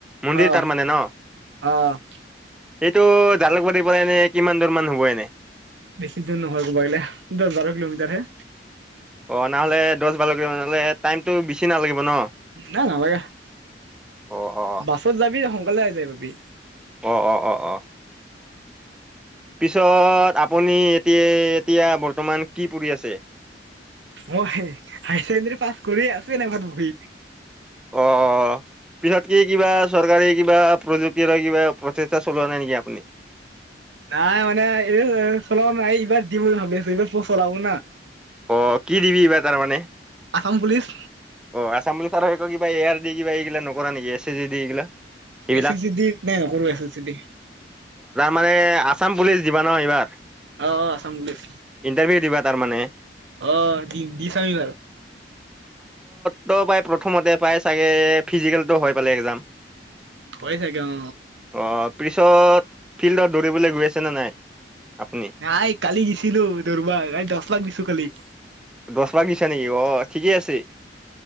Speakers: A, in the centre; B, on the right.
A: মন্দিৰ
B: অ
A: তাৰমানে ন?
B: বেছি
A: এ টো জালুকবাৰী পৰা এনে কিমান দূৰ মান হ'ব এনে?
B: বেছি দূৰ নহয় গৈলে, দহ-বাৰ কিলোমিটাৰ হে।
A: অ' নহ'লে দহ বাৰ কিলোমিটাৰ হ'লে টাইমতটো বেছি নালাগিব ন?
B: নাই নালাগে।
A: অ অ
B: বাছত যাবি আহু অকলে যাই পাবি।
A: অ - অ -অ -অ পিছত আপুনি এতিয়ে এতিয়া বৰ্তমান কি পঢ়ি আছে?
B: মই হাই ছেকেণ্ডেৰী পাছ কৰিয়ে আছোঁ এনে ঘৰত বহি।
A: অ পিছত কি কিবা চৰকাৰী কিবা প্ৰযুক্তি আৰু কিবা প্ৰচেষ্টা চলোৱা নাই নেকি আপুনি?
B: নাই মানে, এইবাৰ চলোৱা নাই এইবাৰ দিম বুলি ভাবি আছোঁ এইবাৰ পোষ্ট ওলাব না।
A: অ' কি দিবি এইবাৰ তাৰমানে
B: আসাম পুলিচ
A: অ' আছাম পুলিচ আৰু কিবা এ আৰ দি কিবা এইগিলা নকৰা নেকি এছ চি জি দি এইগিলা এইবিলাক
B: এছ এছ চি জি দি নাই নকৰোঁ S S C G D
A: মানে আছাম পুলিচ দিবা ন এইবাৰ।
B: অ 'আসাম পুলিচ
A: ইণ্টাৰভিউ দিবা তাৰমানে
B: অ' দি- দি চাবি এইবাৰ।
A: তো বাই প্ৰথমতে পায় ছাগে ফিজিকেল তো হৈ পালে একজাম।
B: হয় চাগে অ
A: অ পিছত ফিল্ডত দৌৰিবলৈ গৈ আছে নে নাই? আপুনি
B: নাই কালি গৈ ছিলোঁ দৌৰাবা, এই দহ পাক দিছোঁ কালি।
A: দহ পাক দিছা নেকি? অ' ঠিকেই আছে।